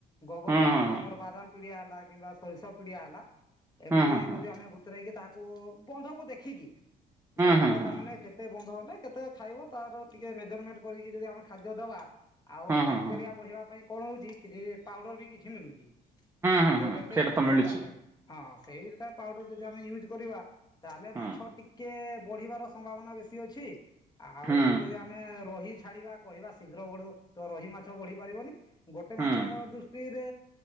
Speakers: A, on the left (about 25°); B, on the right (about 15°).
A: ଗୋବର
B: ହଁ ହଁ
A: ଆଉ ଆମର ବାଦାମ ପିଡିଆ ହେଲା କିମ୍ବା ସୋରିଷ ପିଡିଆ ହେଲା ଏମିତି
B: ହଁ ହଁ ହଁ
A: ଯଦି ଆମେ ବତରୋଇକି ତାହାକୁ ବନ୍ଧକୁ ଦେଖିକି ବନ୍ଧର
B: ହଁ ହୁଁ ହୁଁ ହୁଁ ହୁଁ
A: ତା ମାନେ କେ କେତେ ବନ୍ଧ ହେଲେ କେତେ ଖାଇବ ତାର ଟିକେ ମେଜରମେଣ୍ଟ କରିକି ଯଦି ଆମେ ଖାଦ୍ୟ ଦବା ଆଉ ବ୍ୟାକ୍ଟେରିଆ
B: ହୁଁ ହୁଁ ହୁଁ
A: ବଢ଼ିବା ପାଇଁ କଣ ହଉଛି କିଛି ପାଉଡର ବି କିଛି ମିଳୁଛି।
B: ହୁଁ
A: ସେ
B: ହୁଁ
A: ବ୍ୟାକ୍ଟେରିଆକୁ
B: ସେଇଟା ତ
A: ବଢେଇବା
B: ମିଳୁଛି
A: ପାଇଁ। ହଁ ସେଇଟା ପାଉଡର ଯଦି ଆମେ ୟୁଜ୍ କରିବା ତାହେଲେ
B: ହୁଁ
A: ମାଛ ଟିକେ ବଢିବାର ସମ୍ଭାବନା ବେଶୀ ଅଛି ଆଉ
B: ହୁଁ
A: ଯଦି ଆମେ ମେ ରହି ଛାଡିବା କହିବା ଶୀଘ୍ର ବଢୁ ତ ରହି ମାଛ ବଢି ପାରିବନି। ଗୋଟେ
B: ହୁଁ
A: ମାଛ ମୋ ଦୃଷ୍ଟିରେ